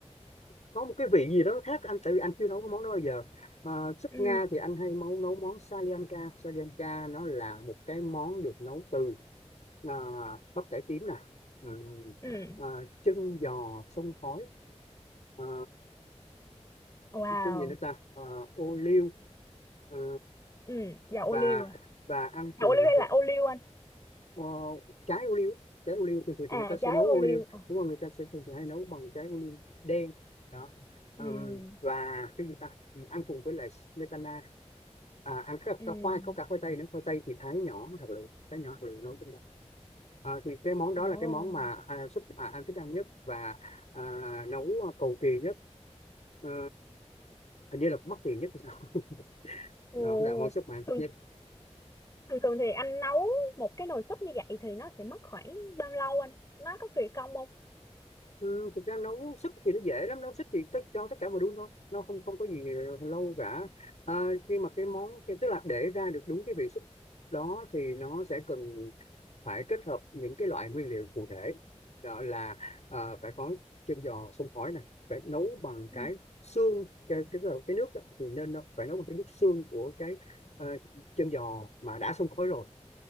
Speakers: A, on the left (about 80°); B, on the left (about 30°).
A: có một cái vị gì đó khác anh tại vì anh chưa nấu cái món đó bao giờ À, súp
B: ừ
A: Nga thì anh hay nấu nấu món Salianka Salianka nó là một cái món được nấu từ à, bắp cải tím nè Ừm,
B: ừ
A: à, chân giò sông khói à,
B: wow
A: cái gì nữa ta à, ô liu à,
B: ừ dầu ô
A: và
B: liu à
A: và ăn
B: dầu
A: cùng
B: ô liu hay là
A: với-
B: ô liu anh
A: ờ, trái ô liu trái ô liu thì, thì, thì người
B: à
A: ta sẽ
B: trái
A: nấu
B: ô
A: ô
B: liu
A: liu
B: Ồ.
A: đúng không người ta sẽ thường thì hay nấu bằng trái ô liu đen đó
B: ừ
A: Ừm, và cái gì ta Ừ, ăn cùng với lại smetana à, ăn cái,
B: ừ
A: cái khoai có cả khoai tây nữa khoai tây thì thái nhỏ thật lựu thái nhỏ thật lựu nấu trên đó à, thì cái món đó
B: ồ
A: là cái món mà à, súp mà anh thích ăn nhất và à, nấu à, cầu kỳ nhất Ờ, hình như là cũng mắc tiền nhất thì sao <laughs>
B: Ồ,
A: đó là món súp mà anh thích
B: thường
A: nhất
B: thường thường thì anh nấu một cái nồi súp như vậy thì nó sẽ mất khoảng bao lâu anh? Nó có kỳ công không?
A: ừ, thực ra nấu súp thì nó dễ lắm nấu súp thì tất cho tất cả mọi đun thôi nó không không có gì lâu cả à, khi mà cái món cái tức là để ra được đúng cái vị súp đó thì nó sẽ cần phải kết hợp những cái loại nguyên liệu cụ thể đó là ờ, phải có chân giò xông khói này phải nấu bằng
B: Ừ.
A: cái xương cái cái, cái nước á, thì nên nó phải nấu bằng cái nước xương của cái ờ, chân giò mà đã xông khói rồi